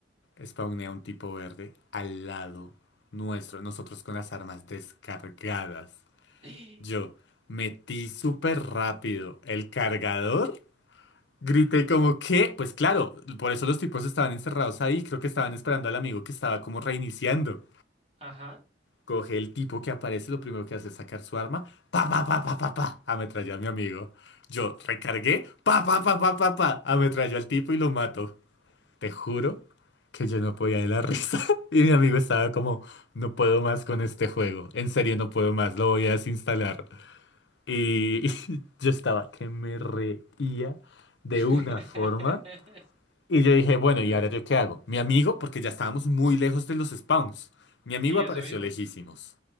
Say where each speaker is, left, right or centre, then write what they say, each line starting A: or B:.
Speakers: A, on the left; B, on the right.
A: Spawnea un tipo verde al lado nuestro, nosotros con las armas descargadas.
B: <gasps>
A: Yo metí súper rápido el cargador, grité como, ¿qué? Pues claro, por eso los tipos estaban encerrados ahí, creo que estaban esperando al amigo que estaba como reiniciando.
B: ajá.
A: Coge el tipo que aparece, lo primero que hace es sacar su arma, pa pa pa pa pa pa, ametralló a mi amigo. Yo recargué, pa pa pa pa pa pa, ametralló al tipo y lo mato. Te juro que yo no podía de la risa. <laughs> Y mi amigo estaba como, no puedo más con este juego, en serio no puedo más, lo voy a desinstalar. Y <laughs> yo estaba que me reía de una
B: <laughs>
A: forma. Y yo dije, bueno, ¿y
B: Yo,
A: ahora yo qué hago? Mi amigo, porque ya estábamos muy lejos de los spawns, mi
B: Sí,
A: amigo apareció
B: eso mismo.
A: lejísimos.